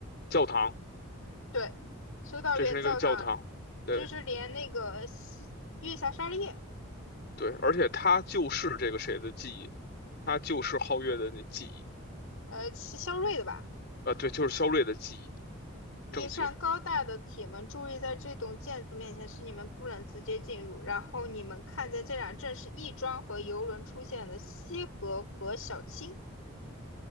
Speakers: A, on the left; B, on the left.
A: 教堂，
B: 对，修道院教堂，
A: 这是那个教堂。对
B: 这是连那个西月下沙利叶，
A: 对，而且他就是这个谁的记忆，他就是皓月的那记忆
B: 呃，是肖瑞的吧？
A: 啊，对，就是肖睿的记忆，
B: 一扇高大的铁门注意，
A: 证据。
B: 在这栋建筑面前，是你们不能直接进入。然后你们看见这俩正是亦庄和游轮出现的西河和小青。